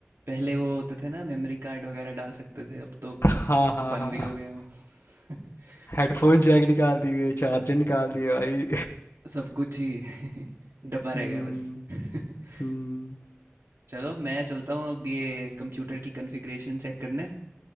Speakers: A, on the right (about 75°); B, on the left (about 70°).
A: पहले वो होते थे ना मेमोरी कार्ड वगैरह डाल सकते थे अब तो
B: <laughs> हाँ हाँ
A: बंद
B: हाँ
A: ही हो गए हैं वो <laughs>
B: हेडफोन जैक निकाल दिए चार्जर निकाल दिए भाई
A: सब कुछ ही <laughs> डब्बा रह
B: हम्म
A: गया बस <laughs>
B: हम्म
A: चलो मैं चलता हूँ अब ये कंप्यूटर की कॉन्फ़िगरेशन चेक करने